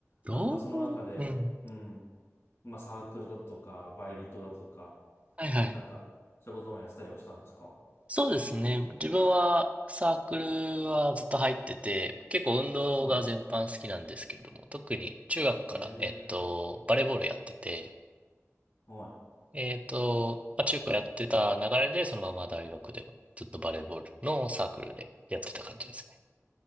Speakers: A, on the right (about 25°); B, on the left (about 60°).
A: どう
B: なんかその中で、
A: うん
B: うん、まあサークルだとか、バイトだとか、
A: はいはい。
B: なんかそういうこともやってたりはしたんですか
A: そうですね。自分はサークルはずっと入ってて、結構運動が全般好きなんですけれども、
B: はい。
A: 特に中学から、
B: ええ
A: えっと、バレーボールやってて、
B: はい。
A: えっと、まあ、中高やってた流れで、そのまま大学でもずっとバレーボールのサークルでやってた感じですね。
B: うん